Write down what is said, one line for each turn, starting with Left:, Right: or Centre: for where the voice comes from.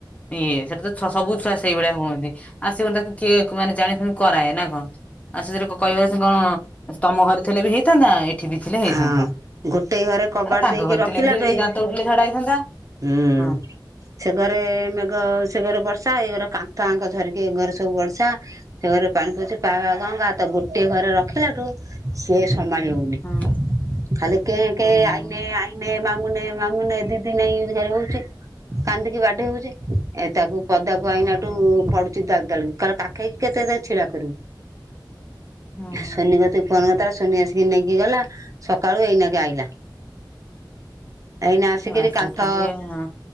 Left: ଇଏ ସବୁ ଛୁଆ ସେଇ ଭଳିଆ ହୁଅନ୍ତି ଆସିବ ତାକୁ କିଏ ମାନେ ଜାଣିଶୁଣି କରାଏ ନା କଣ? ଆ ସେଥିରେ କହିବାର ସେ କଣ ତମ ଘରେ ଥିଲେ ବି ହେଇଥାନ୍ତା ଏ ଏଠିବି ଥିଲେ ହେଇଥାନ୍ତା
Right: ହଁ ଗୋଟେ ଘରେ କବାଟ
Left: ଆଉ ତାଙ୍କ
Right: ଦେଇକି
Left: ଘରେ
Right: ରଖିଲାଠୁ
Left: ଥିଲେ ବି ସେ
Right: ଏଇ
Left: ଦାନ୍ତ ଉଠିଲେ ଝାଡା ହେଇଥାନ୍ତା।
Right: ହୁଁ
Left: ହଁ
Right: ସେ ଘରେ ମେଘ ସେ ଘରେ ବର୍ଷା ଏ ଘର ଛୁଆଙ୍କୁ ଧରିକି ଘରେ ସବୁ ବର୍ଷା ସେ ଘରେ ପାଣି ପଶି ପା ବା ଗଙ୍ଗାତ ଗୋଟେ ଘରେ ରଖିଲାଠୁ ସିଏ ସମ୍ଭାଳି ହଉନି
Left: ହଁ
Right: ଖାଲି କେ
Left: ଓହୋ।
Right: କେ ଆଇନେ ଆଇନେ ମା ମୁଁ ନେ ମାମୁ ନେ ଦିଦି ନାଇଁ ଏମିତି ଖାଲୀ ହଉଛି କାନ୍ଦିକି ବାଡେଇ ହଉଛି ଏ ତାକୁ ପଦାକୁ
Left: ହଁ।
Right: ଆଇନାଠୁ ପଡୁଛି ଦାଲ ଦାଲ କା କାଖେଇକି କେତେ ତାକୁ ଛିଡା କରିବୁ?
Left: ହୁଁ ହୁଁ
Right: ସୋନି କତିକୁ ଫୋନ କରିଥିଲା ସୋନି ଆସିକି ନେଇକି ଗଲା ସକାଳୁ ଏଇନାକି ଆଇଲା। ଏଇନା ଆସିକିରି
Left: ଆଉ ସେଠି
Right: କାନ୍ଥ
Left: ଟିକେ ହଁ